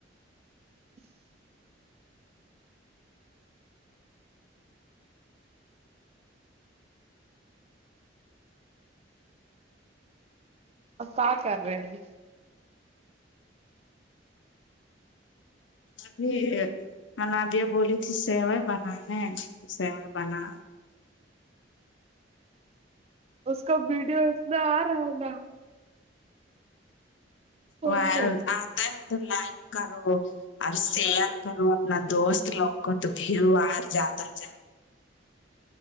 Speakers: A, on the right; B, on the left.
A: <inaudible> اب کہ کر رہے ہیں اب
B: ابھی منابیا بولی تھی سیوائے بنانے تو سیوائے بنا
A: اس کا وڈیو اتنا آ رہا ہے نا فون
B: و
A: میں
B: آتا ہے تو لائک کرو اور شیئر کرو اپنا دوست لوگ کو تو بھیڑو آر جیادہ جائے